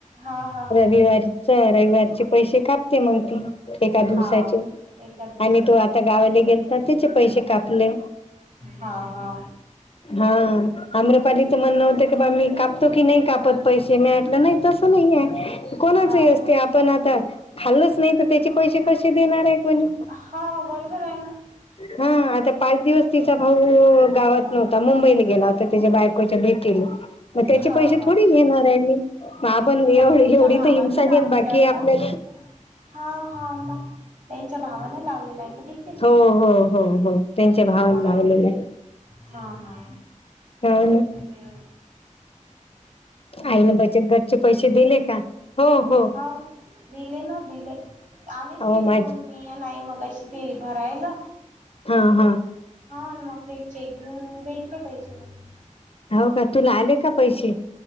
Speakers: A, on the right; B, on the left.
A: हा, हा, हां
B: रविवारी च रविवारीची पैसे कापते मग ती एका दिवसाचे
A: हाव एका दिवसाची
B: आणि तो आता गावाला गेल तर त्याचे पैसे कापले
A: हा, हा
B: हा आम्रपालीचं म्हणणं होतं की बा मी कापतो की नाही कापत पैसे मीटलं नाही तर कोणाच
A: हा
B: असते आपण आता खाल्लच नाही त्याचे पैसे कसे देणार आहे कोणी
A: हा बरोबर आहे ना
B: हा आता पाच दिवस तिचा भाऊ गावात आता मुंबईला गेला होता त्याच्या बायकोच्या भेटील मग त्याचे
A: हा
B: पैसे
A: हा
B: थोडी घेणार आहे मी ह पण एवढ
A: मग त्यांच्या
B: एवढी
A: भावाने
B: तर इंसानीत
A: लावलेला
B: बाकी
A: आहे
B: आपल्या
A: का हा, हा म त्यांच्या भावानं लावलेला आहे का टिफिन
B: हो हो हो हो त्यांच्या
A: हा
B: भावाला लावलेलं आहे
A: हा, हा
B: हो ना
A: ह
B: आईने बचत घटचे पैसे दिले का? हो हो
A: हां दिले ना दिले आम्हीच
B: हो
A: गेलतो
B: माझे
A: मी नाही मग अशी फिरी भरायला
B: हा, हा
A: हा मग ते चेक घेऊन भेटले पाहिजे मग
B: हो का तुला आले का पैसे